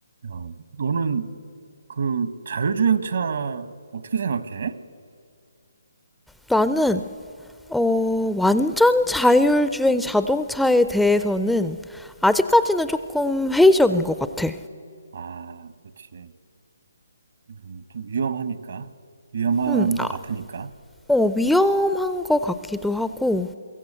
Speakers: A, on the right; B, in the centre.
A: 야, 너는 그 자율주행차 어떻게 생각해?
B: 나는 어, 완전 자율주행 자동차에 대해서는 아직까지는 조금 회의적인 것 같아.
A: 아, 그렇지. 음, 좀 위험하니까. 위험한
B: 음,
A: 것
B: 아,
A: 같으니까.
B: 어, 위험한 것 같기도 하고